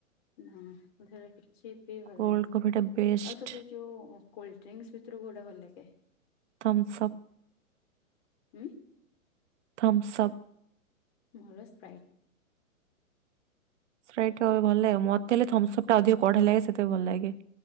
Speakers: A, on the left; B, on the right.
A: ନା ମୋତେ ହେରା କିଛି ବି ଭଲ
B: କୋଲ୍ଡ
A: ଲାଗେନି
B: କଫିଟା ବେଷ୍ଟ
A: ଆଉ ଥ ସେ ଯୋଉ କୋଲଡ୍ରିଙ୍କସ ଭିତରୁ କଉଟା ଭଲ ଲାଗେ?
B: ଥମ୍ସଅପ୍।
A: ଉଁ
B: ଥମ୍ସଅପ୍।
A: ମୋର ସ୍ପ୍ରାଇଟ୍।
B: ସ୍ପ୍ରାଇଟ ଟ ଭଲ ଲାଗେ ମତେ ହେଲେ ଥମ୍ସଅପ୍ ଟା ଅଧିକ କଡା ଲାଗେ ସେଥିପାଇଁ ଭଲ ଲାଗେ।